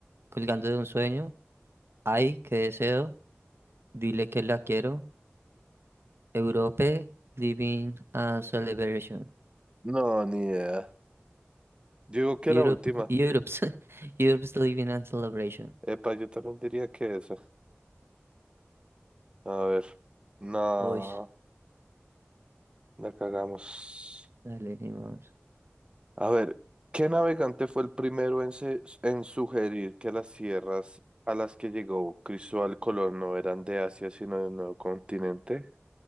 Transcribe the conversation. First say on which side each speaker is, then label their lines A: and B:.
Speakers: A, on the right (about 65°); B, on the right (about 25°).
A: colgando de un sueño, ay, qué deseo, dile que la quiero, Europe, Living a Celebration,
B: No, ni idea. Yo digo que
A: Europe,
B: la última.
A: Europe's, <laughs> Europe's Living a Celebration.
B: Epa, yo también diría que esa. A ver. No,
A: Uy,
B: la cagamos.
A: dale, dimos.
B: A ver, ¿qué navegante fue el primero en, se- en sugerir que las tierras a las que llegó Cristóbal Colón no eran de Asia, sino de un nuevo continente?